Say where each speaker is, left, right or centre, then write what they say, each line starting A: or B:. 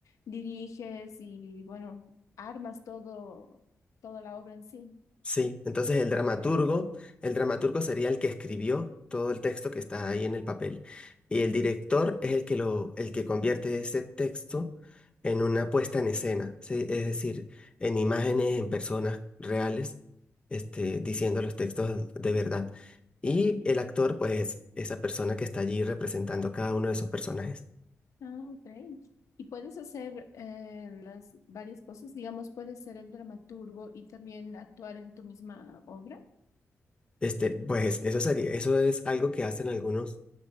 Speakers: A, on the left; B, on the left.
A: diriges y, bueno, armas todo, toda la obra en sí.
B: Sí, entonces el
A: Ok.
B: dramaturgo, el dramaturgo sería el que escribió todo el texto que está ahí en el papel y el director es el que lo, el que convierte ese texto en una puesta en escena, ¿sí? Es decir, en imágenes, en personas reales, este, diciendo los textos de verdad. Y el actor, pues, es esa persona que está allí representando cada uno de esos personajes.
A: Ah, ok. Y puedes hacer eh, las varias cosas, digamos, puedes ser el dramaturgo y también actuar en tu misma obra.
B: Este, pues, eso sería, eso es algo que hacen algunos